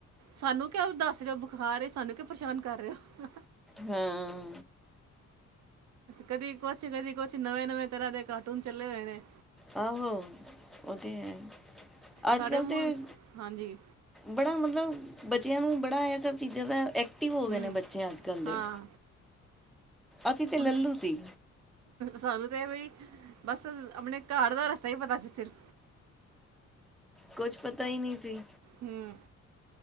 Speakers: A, on the right; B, in the centre.
A: ਸਾਨੂੰ ਕਿਓ ਦੱਸ ਰਿਓ ਖਾ ਰਹੇ ਸਾਨੂੰ ਕੇ ਪਰੇਸ਼ਾਨ ਕਰ ਰਹੇ ਹੋ
B: ਹਾਂ
A: ਕਦੀ ਕੁਛ ਕਦੀ ਕੁਛ ਨਵੇਂ ਨਵੇਂ ਤਰ੍ਹਾਂ ਦੇ ਕਾਟੂਨ ਚੱਲੇ ਹੋਏ ਨੇ
B: ਆਹੋ ਉਹ ਤੇ ਹੈ ਅਜ
A: ਸਾਡੇ
B: ਕਲ
A: ਮੂੰਹ
B: ਦੇ
A: ਹਾਂਜੀ
B: ਬੜਾ ਮਤਲਬ ਬੱਚਿਆਂ ਨੂੰ ਬੜਾ ਇਹ ਸਭ ਚੀਜ਼ਾਂ ਦਾ ਐਕਟਿਵ ਹੋ
A: ਹੂੰ
B: ਗਏ ਨੇ ਬੱਚੇ ਅੱਜ ਕਲ ਦੇ
A: ਹਾਂ
B: ਅਸੀਂ ਤੇ
A: ਹੁਣ
B: ਲਲੂ ਸੀ
A: ਸਾਨੂੰ ਤੇ ਇਹ ਬਈ ਬਸ ਆਪਣੇ ਘਰ ਦਾ ਰਸਤਾ ਹੀ ਪਤਾ ਸੀ ਸਿਰਫ
B: ਕੁਛ ਪਤਾ ਹੀ ਨਹੀਂ ਸੀ
A: ਹਮ